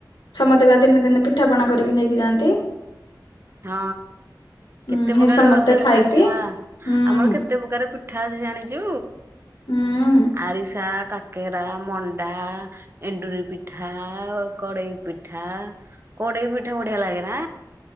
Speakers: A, on the left; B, on the right.
A: ସମସ୍ତେ ବା ଦିନେ ଦିନେ ପିଠାପଣା କରିକି ନେଇକି ଯାଆନ୍ତି
B: ହଁ।
A: ହୁଁ
B: କେତେ ପ୍ରକାର
A: ହେଠି ସମସ୍ତେ
B: ରଜରେ
A: ଖାଇକି
B: ପିଠା
A: ହୁଁ
B: ଆମର କେତେ ପ୍ରକାର ପିଠା ଅଛି ଜାଣିଛୁ
A: ହୁଁ
B: ଆରିସା କାକେରା ମଣ୍ଡା ଏଣ୍ଡୁରି ପିଠା କଡେଇ ପିଠା କଡେଇ ପିଠା ବଢିଆ ଲାଗେ ନା